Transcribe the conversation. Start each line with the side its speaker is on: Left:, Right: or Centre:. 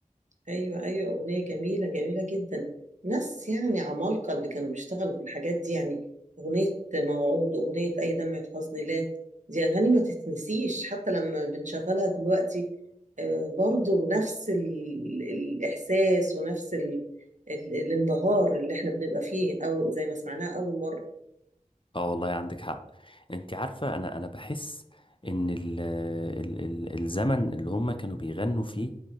Right: ايوه ايوه اغنيه جميله جميله جدا ناس يعني عمالقه اللي كانوا بيشتغلوا في الحاجات دي يعني اغنيه موعود واغنيه اي دمعه حزن لا دي اغاني ما تتنسيش حتى لما بنشغلها دلوقتي آه، برضو نفس ال- الاحساس ونفس ال- ال- الانبهار اللي احنا بنبقى فيه او زي ما سمعناها اول مره
Left: اه والله عندك حق انت عارفة انا انا بحس ان ال ال ال الزمن اللي هم كانوا بيغنوا فيه